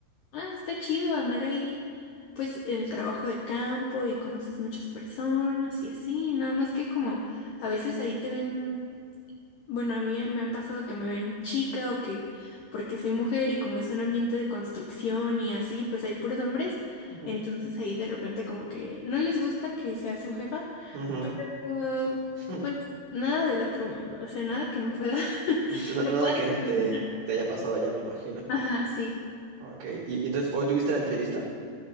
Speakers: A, on the left; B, on the right.
A: ah, está chido andar ahí, pues en el trabajo de campo y conoces muchas personas y así. Nada más que como a veces ahí te ven. Bueno, a mí me han pasado que me ven chica o que porque soy mujer y como es un ambiente de construcción y así, pues hay puros hombres,
B: ujú.
A: entonces ahí de repente como que no les gusta que sea su jefa,
B: Ujú.
A: pero um,
B: <laughs>
A: pues nada del otro mundo, o sea, nada que no pueda, <laughs>
B: N-
A: no
B: Nada
A: pueda
B: que no
A: solucionar.
B: te, te haya pasado ya, me imagino.
A: Ajá, sí.
B: Ok, y y entonces, ¿hoy tuviste la entrevista?